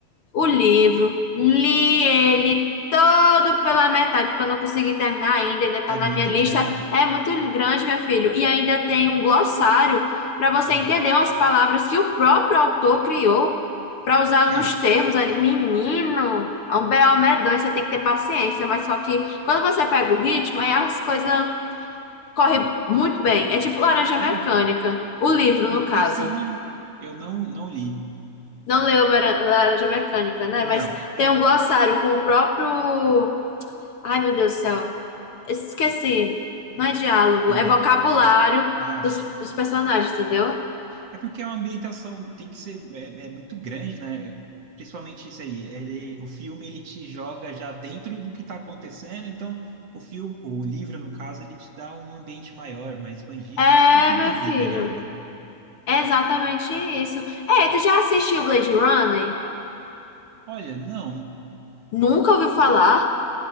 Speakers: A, on the left (about 55°); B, on the right (about 60°).
A: o livro, li ele todo pela metade, porque eu não consegui terminar ainda, ainda está
B: É
A: na
B: muito
A: minha lista.
B: grande.
A: É muito grande, meu filho, e ainda tem um glossário para você
B: Aham.
A: entender umas palavras que o próprio autor criou para usar
B: É,
A: nos termos ali. Menino, é um BO medonho, você tem que ter paciência, mas só que quando você pega o ritmo, aí as coisas correm muito bem. É tipo Laranja Mecânica,
B: é,
A: o livro, no caso.
B: isso eu não, eu não, não li.
A: Não leu Mara- Laranja Mecânica, né?
B: Não,
A: Mas
B: eu.
A: tem um glossário com o próprio. Ai, meu Deus do céu. Esqueci. Não é diálogo,
B: hum,
A: é vocabulário
B: ah,
A: dos,
B: sim.
A: dos personagens, entendeu?
B: É porque a ambientação tem que ser é, é muito grande, né? Principalmente isso aí. Ele, o filme ele te joga já dentro do que está acontecendo, então o filme, o livro no caso, ele te dá um ambiente maior, mais expandido,
A: É,
B: então você tem que entender
A: meu filho.
B: melhor, né?
A: É exatamente isso. Ei, tu já assistiu Blade Runner?
B: Olha, não,
A: Nunca ouviu falar?